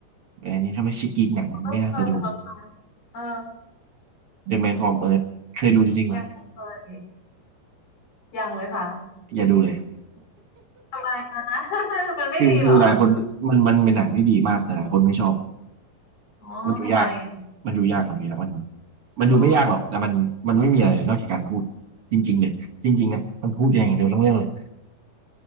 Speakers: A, on the right (about 50°); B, on the left (about 90°).
A: อันนี้ถ้าไม่ชิกกีกหนังไม่น่าจะดู
B: ไม่เคยลองทำเออ
A: The Man from Earth เคยดูจริงๆเหรอ
B: ยังไม่เคยยังเลยค่ะ
A: อย่าดูเลย
B: ทำไมนะ <laughs> มันไม่ดีเหรอ
A: คือคือหลายคนมันมันเป็นหนังที่ดีมากแต่หลายคนไม่ชอบ
B: อ๋อทำไมอะ
A: มันดูยากมันดูยากมันดูยากมันมันดูไม่ยากหรอก
B: อ๋อ
A: แต่มันมันไม่มีอะไรนอกจากการพูดจริงๆเลยจริงๆนะมันพูดกันอย่างเดียวทั้งเรื่องเลย